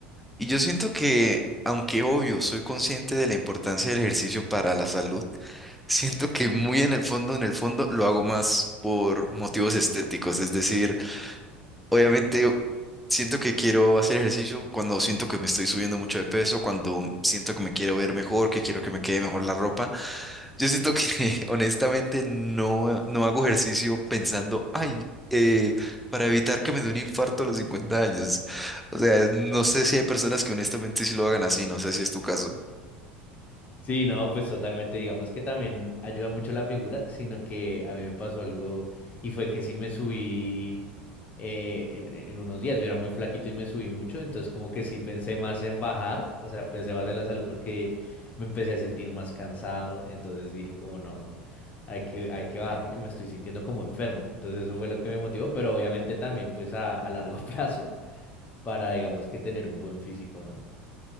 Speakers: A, in the centre; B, on the left.
A: Y yo siento que, aunque obvio, soy consciente de la importancia del ejercicio para la salud, siento que muy en el fondo, en el fondo, lo hago más por motivos estéticos. Es decir, obviamente... Siento que quiero hacer ejercicio cuando siento que me estoy subiendo mucho de peso, cuando siento que me quiero ver mejor, que quiero que me quede mejor la ropa. Yo siento que <laughs> honestamente no, no hago ejercicio pensando, ay, eh, para evitar que me dé un infarto a los 50 años. O sea, no sé si hay personas que honestamente sí lo hagan así, no sé si es tu caso.
B: Sí, no, pues totalmente, digamos que también ayuda mucho la figura, sino que a mí me pasó algo y fue que sí me subí eh, en, en unos días, yo era muy flaquito y me subí mucho, entonces como que sí pensé más en bajar, o sea, pensé más en la salud porque me empecé a sentir más cansado, entonces dije como no, no, hay que, hay que bajar porque me estoy sintiendo como enfermo, entonces eso fue lo que me motivó, pero obviamente también pues a, a largo <laughs> plazo para digamos que tener un buen físico, ¿no?